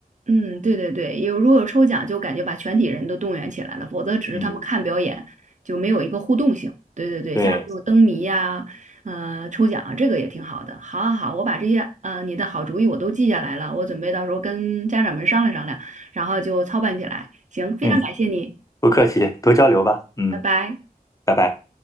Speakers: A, on the right; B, on the left.
A: 嗯，对对对，有如果有抽奖，就感觉把全体人都动员起来了，否则只是他们看表演，
B: 嗯，
A: 就没有一个互动性。对对对，
B: 对，
A: 像这种灯谜呀、呃，抽奖啊这个也挺好的。好好好，我把这些呃你的好主意我都记下来了，我准备到时候跟家长们商量商量，然后就操办起来。行，非常感谢你，
B: 嗯，不客气，多交流吧。嗯，
A: 拜拜。
B: 拜拜。